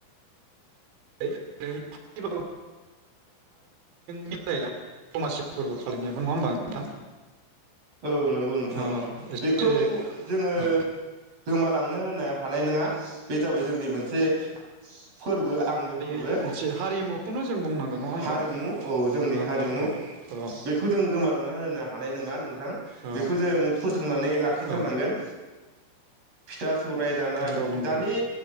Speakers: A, on the right; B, on the right.
A: <unintelligible> मिलायला दमासि फोरबो फालिनायाबो नङा होमबा नोंथां?
B: औ नंगौ नोंथां
A: ओ, एसे
B: बेखौ जोङो
A: ओ,
B: गोमालांनो होनो हानाय नङा। बे जाबाय जोंनि मोनसे फोरबो। आंगोफोरबो
A: दायो मोनसे हारिमुखौनो जों बुंनांगोन नङा होमबा
B: हारिमु औ जोंनि
A: औ
B: हारिमु
A: औ औ
B: बेखौ जों गोमालांना होनो हानाय नङा।
A: औ
B: बेखौ जों फोथांनानै लाखिथारनांगोन
A: औ
B: फिथा सौराय जानाय
A: नंगौ नंगौ
B: दानि